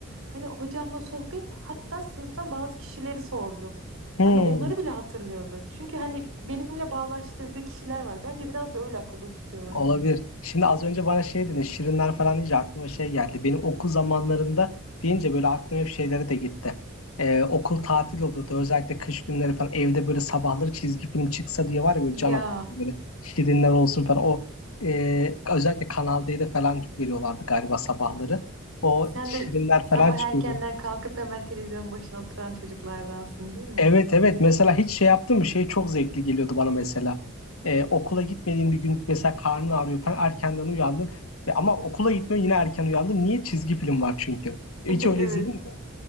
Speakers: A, on the right (about 70°); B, on the left (about 80°).
A: hani hocamla sohbet hatta sınıftan bazı kişileri sordu.
B: Hı.
A: Hani onları bile hatırlıyordu. Çünkü hani benimle bağlaştırdığı kişiler var. Bence biraz da öyle akılda tutuyorlar.
B: Olabilir. Şimdi az önce bana şey dedin, şirinler falan deyince aklıma şey geldi. Benim okul zamanlarında deyince böyle aklım hep şeylere de gitti. Ee, okul tatil olurdu. Özellikle kış günleri falan evde böyle sabahları çizgi film çıksa diye var ya böyle can
A: Ya
B: atardım. Böyle şirinler olsun falan. O e, özellikle Kanal D'de falan veriyorlardı galiba sabahları. O
A: sen
B: şirinler
A: de
B: falan
A: sabah
B: çıkıyordu.
A: erkenden kalkıp hemen televizyonun başına oturan çocuklardansın değil mi?
B: Evet evet mesela hiç şey yaptın mı şey çok zevkli geliyordu bana mesela Ee, okula gitmediğin bir gün mesela karnın ağrıyor falan erkenden uyandın ve ama okula gitmiyorsun yine erken uyandın niye çizgi film var çünkü hiç
A: <laughs> Evet,
B: öyle izledin mi